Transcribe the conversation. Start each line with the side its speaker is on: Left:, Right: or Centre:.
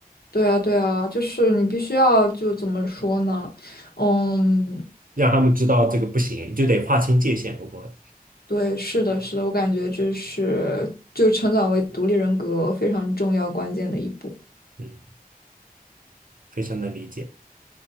Left: 对啊，对啊，就是你必须要就怎么说呢？嗯，
Right: 让他们知道这个不行，就得划清界限，会不会？
Left: 对，是的，是的，我感觉这是就成长为独立人格非常重要关键的一步。
Right: 嗯，非常能理解。